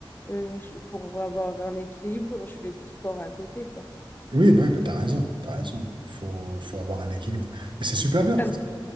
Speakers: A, on the left; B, on the right.
A: euh, je- pour avoir un équilibre, je fais du sport à côté, quoi.
B: Oui, bah, oui, bah, t'as raison, t'as raison. Faut, faut avoir un équilibre. Et c'est super bien.
A: Comme,